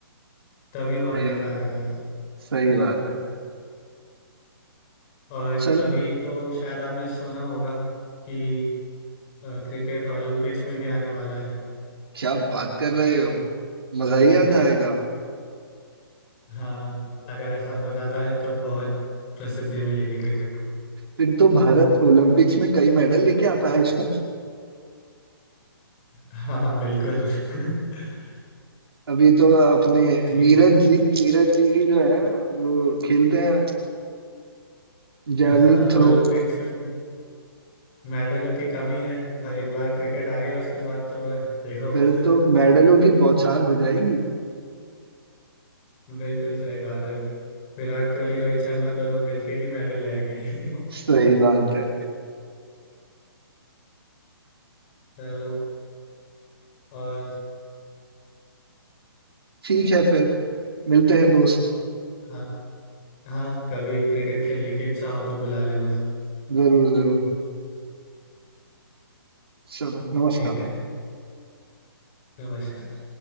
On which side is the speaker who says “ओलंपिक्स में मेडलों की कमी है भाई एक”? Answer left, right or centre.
Left